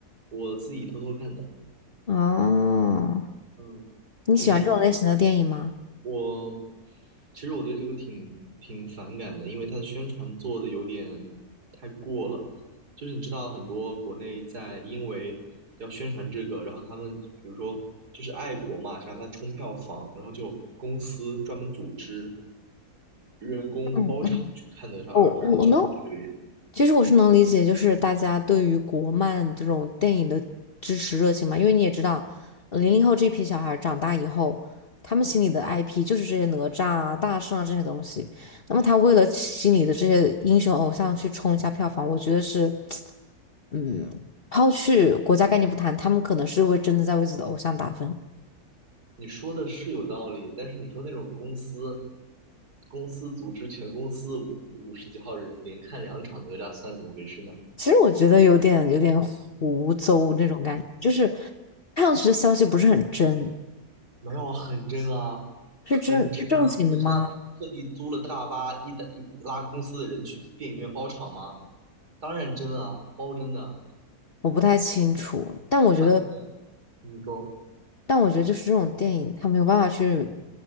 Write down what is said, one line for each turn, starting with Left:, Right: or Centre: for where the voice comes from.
Right: 我自己偷偷看的。
Left: 哦，
Right: 嗯，
Left: 你喜欢这种类型的电影吗？
Right: 你我其实我对这个挺挺反感的，因为它的宣传做的有点太过了。就是你知道，很多国内在因为要宣传这个，然后他们比如说就是爱国嘛，想让它冲票房，然后就公司专门组织员工包场去看哪吒二，
Left: 嗯，我我能
Right: 然后就让我觉得有点，
Left: 其实我是能理解，就是大家对于国漫这种电影的支持热情嘛，因为你也知道，零零后这批小孩儿长大以后，他们心里的 IP 就是这些哪吒啊、大圣啊这些东西。那么他为了心里的这些英雄偶像去冲一下票房，我觉得是，嗯，抛去国家概念不谈，他们可能是为真的在为自己的偶像打分。
Right: 你说的是有道理，但是你说那种公司公司组织全公司五五十几号人连看两场哪吒，算怎么回事呢？
Left: 其实我觉得有点有点胡诌那种感觉，就是看上去的消息不是很真，
Right: 没有很真啊，
Left: 是真是正经的吗？
Right: 很真啊！你知道他特地租了大巴，一搭一拉公司的人去电影院包场吗？当然真啊，包真的。
Left: 我不太清楚，但我觉得，
Right: 而且你说
Left: 但我觉得就是这种电影，它没有办法去